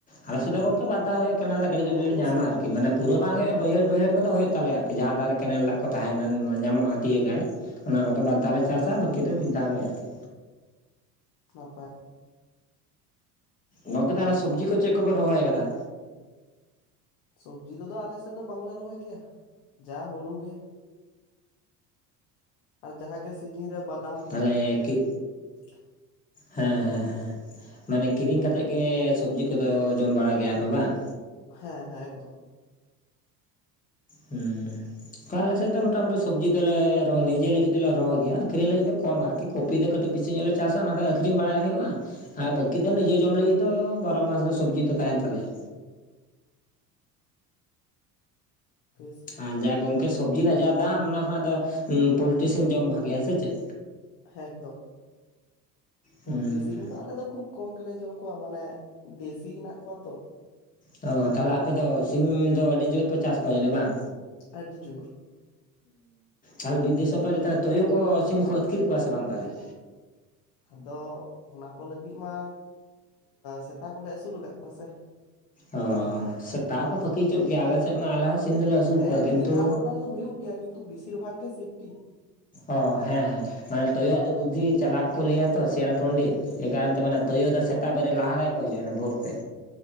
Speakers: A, on the left; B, on the left.
A: ᱟᱞᱮ ᱥᱮᱫ ᱫᱚ ᱜᱚᱝᱠᱮ ᱵᱟᱫᱷᱟ ᱦᱩᱭᱩᱜᱼᱟ ᱠᱮ ᱜᱟᱹᱰᱤ ᱜᱟᱹᱰᱤ
B: ᱟᱹᱵᱤᱱ
A: ᱞᱮ ᱧᱟᱢᱟ
B: ᱥᱮᱫ ᱫᱚ
A: ᱟᱨᱠᱤ ᱢᱟᱱᱮ ᱯᱩᱨᱟᱹ ᱵᱟᱝ ᱦᱩᱭᱩᱜᱼᱟ ᱵᱟᱹᱭᱦᱟᱹᱲ ᱵᱟᱹᱭᱦᱟᱹᱲ ᱠᱚᱫᱚ ᱦᱩᱭᱩᱜ ᱛᱟᱞᱮᱭᱟ ᱟᱨᱠᱤ ᱡᱟᱦᱟᱸ ᱫᱟᱨᱮ <inaudible> ᱠᱮᱱᱮᱞ ᱫᱟᱜ ᱠᱚ ᱛᱟᱦᱮᱱᱟ ᱧᱟᱢᱚᱜᱼᱟ ᱛᱤᱭᱟᱹᱜᱟᱭ ᱚᱱᱟ ᱠᱚᱫᱚ ᱵᱟᱨᱫᱷᱟᱣ ᱞᱮ ᱪᱟᱥᱟ ᱵᱟᱹᱠᱤ ᱫᱚ ᱢᱤᱫ ᱫᱷᱟᱣ ᱜᱮ ᱟᱨᱠᱤ᱾
B: ᱱᱟᱯᱟᱭ
A: ᱜᱚᱢᱠᱮ ᱛᱟᱦᱚᱞᱮ ᱥᱚᱵᱽᱡᱤ ᱠᱚ ᱪᱮᱫ ᱠᱚᱯᱮ ᱨᱚᱦᱚᱭ ᱟᱠᱟᱫᱟ?
B: ᱥᱚᱵᱽᱡᱤ ᱠᱚᱫᱚ ᱟᱞᱮ ᱥᱮᱫ ᱫᱚ ᱵᱟᱝᱞᱮ ᱨᱚᱦᱚᱭ ᱜᱮᱭᱟ ᱡᱟ ᱦᱩᱲᱩ ᱜᱮ᱾ ᱟᱨ ᱡᱟᱦᱟᱸ ᱜᱮ ᱥᱤᱡᱤᱱ ᱨᱮ ᱵᱟᱫᱟᱢ
A: ᱟᱞᱮ ᱠᱤ
B: <inaudible>
A: ᱦᱮᱸ ᱦᱮᱸ ᱦᱮᱸ ᱢᱟᱱᱮ ᱠᱤᱨᱤᱧ ᱠᱟ ᱠᱟᱛᱮᱮᱫ ᱜᱮ ᱥᱚᱵᱽᱡᱤ ᱠᱚᱫᱚ ᱡᱚᱢ ᱵᱟᱲ ᱜᱮᱭᱟᱯᱮ ᱵᱟᱝ?
B: ᱦᱮᱸ ᱦᱮᱸ ᱮᱠᱫᱚᱢ᱾
A: ᱦᱩᱸᱠᱟ ᱟᱞᱮᱥᱮᱫ ᱫᱚ ᱢᱚᱴᱟᱢᱩᱴᱤ ᱥᱚᱵᱽᱡᱤ ᱫᱚᱞᱮ ᱨᱚᱦᱚᱭ ᱱᱤᱡᱮ ᱞᱟᱹᱜᱤᱫ ᱫᱚᱞᱮ ᱨᱚᱦᱚᱭ ᱜᱮᱭᱟ ᱟᱠᱷᱟᱨᱤᱧ ᱞᱟᱹᱜᱤᱫ ᱫᱚ ᱠᱚᱢ ᱟᱨᱠᱤ ᱠᱚᱯᱷᱤ ᱫᱚ ᱠᱟᱴᱤᱡ ᱵᱤᱥᱤ ᱧᱚᱜᱞ ᱞᱮ ᱪᱟᱥᱟ ᱚᱱᱟᱫᱚ ᱟᱠᱷᱨᱤᱧ ᱵᱟᱲᱟ ᱞᱮ ᱾ ᱟᱨ ᱵᱟᱹᱠᱤ ᱫᱚ
B: ᱟᱪᱪᱷᱟ
A: ᱱᱤᱡᱮ ᱡᱚᱢ ᱞᱟᱹᱜᱤᱫ ᱫᱚ ᱵᱟᱨᱚ ᱢᱟᱥ ᱜᱮ ᱥᱚᱵᱡᱤ ᱫᱚ ᱛᱟᱦᱮᱸᱱ ᱛᱟᱞᱮᱭᱟ᱾
B: ᱯᱷᱮᱥ <unintelligible>
A: ᱟᱨ ᱡᱟ ᱜᱚᱝᱠᱮ ᱥᱚᱵᱽᱡᱤ ᱨᱮᱱᱟᱜ ᱡᱟ ᱫᱟᱢ ᱚᱱᱟ ᱠᱷᱚᱱᱟᱜ ᱫᱚ ᱯᱳᱞᱴᱤ ᱥᱤᱢ ᱡᱚᱢ ᱵᱷᱟᱜᱤᱭᱟ ᱥᱮ ᱪᱮᱫ?
B: ᱦᱮᱸ ᱮᱠᱫᱚᱢ ᱯᱩᱞᱴᱤ
A: ᱦᱩᱸ
B: ᱥᱤᱢ ᱫᱚ ᱟᱞᱮ ᱫᱚ ᱠᱷᱩᱵ ᱠᱚᱢ ᱜᱮᱞᱮ ᱡᱚᱢ ᱠᱚᱣᱟ ᱢᱟᱱᱮ ᱫᱮᱥᱤ ᱦᱮᱱᱟᱜ ᱠᱚᱣᱟ ᱛᱚ
A: ᱛᱚ ᱛᱟᱦᱚᱞᱮ ᱟᱯᱮ ᱫᱚ ᱥᱤᱢ ᱫᱚ ᱟᱹᱰᱤ ᱡᱳᱨ ᱯᱮ ᱪᱟᱥ ᱠᱚᱣᱟ ᱡᱟᱹᱱᱤᱡ ᱵᱟᱝ?
B: ᱟᱹᱰᱤ ᱡᱳᱨ
A: ᱛᱟᱦᱚᱞᱮ ᱵᱤᱨ ᱫᱤᱥᱚᱢ ᱠᱚᱞᱮᱠᱟ ᱛᱩᱭᱩ ᱠᱚ ᱥᱤᱢ ᱠᱚ ᱟᱹᱛᱠᱤᱨ ᱠᱚᱣᱟ ᱥᱮ ᱵᱟᱝ ᱛᱟᱦᱚᱞᱮ?
B: ᱟᱫᱚ ᱚᱱᱟ ᱠᱚ ᱞᱟᱹᱜᱤᱫ ᱢᱟ ᱥᱮᱛᱟ ᱠᱚᱞᱮ ᱟᱹᱥᱩᱞ ᱟᱠᱟᱫ ᱠᱚᱣᱟ ᱥᱮ?
A: ᱚ ᱥᱮᱛᱟ ᱠᱚ ᱯᱷᱟᱹᱠᱤ ᱦᱚᱪᱚᱜ ᱜᱮᱭᱟ ᱟᱞᱮ ᱥᱮᱫ ᱢᱟ ᱟᱞᱮ ᱥᱤᱢ ᱫᱚᱞᱮ ᱟᱹᱥᱩᱞ
B: ᱦᱮᱸ
A: ᱠᱚᱣᱟ ᱠᱤᱱᱛᱩ
B: ᱢᱤᱫ ᱫᱷᱟᱣ ᱵᱟᱨ ᱫᱷᱟᱣ ᱫᱚ ᱦᱩᱭᱩᱜ ᱜᱮᱭᱟ ᱠᱤᱱᱛᱩ ᱵᱤᱥᱤᱨ ᱵᱷᱟᱜᱽ ᱜᱮ ᱥᱮᱯᱴᱤ
A: ᱚ ᱦᱮᱸ ᱦᱮᱸ ᱢᱟᱱᱮ ᱛᱳᱭᱳ ᱟᱜ ᱫᱚ ᱵᱩᱫᱽᱫᱷᱤ ᱪᱟᱞᱟᱠ ᱠᱚ ᱞᱟᱹᱭᱟ ᱛᱚ ᱥᱮᱭᱟᱞ ᱯᱚᱱᱰᱤᱛ ᱮ ᱠᱟᱨᱚᱱ ᱛᱮ ᱢᱟᱱᱮ
B: ᱦᱮᱸ
A: ᱛᱳᱭᱳ ᱫᱚ ᱥᱮᱛᱟᱜ ᱵᱮᱨᱮᱫ ᱞᱟᱦᱟ ᱨᱮᱠᱚ ᱦᱤᱡᱩᱜᱼᱟ ᱚᱱᱟ ᱵᱷᱳᱨ ᱛᱮ